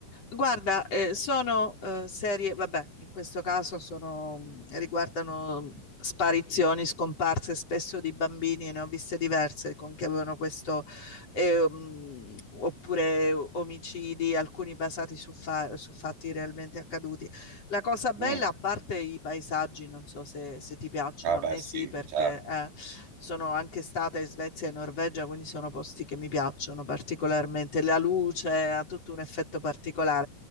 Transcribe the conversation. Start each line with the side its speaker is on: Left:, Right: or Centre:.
Left: Guarda, eh, sono eh, serie, vabbè, in questo caso sono, mm, riguardano mm, sparizioni, scomparse spesso di bambini, ne ho viste diverse con che avevano questo, eh, mm, oppure omicidi, alcuni basati su, fa- su fatti realmente accaduti. La cosa bella,
Right: Mm.
Left: a parte i paesaggi, non so se, se ti piacciono,
Right: Ah
Left: a
Right: beh,
Left: me
Right: sì,
Left: sì, perché
Right: certo.
Left: eh, sono anche stata in Svezia e Norvegia, quindi sono posti che mi piacciono particolarmente. La luce ha tutto un effetto particolare.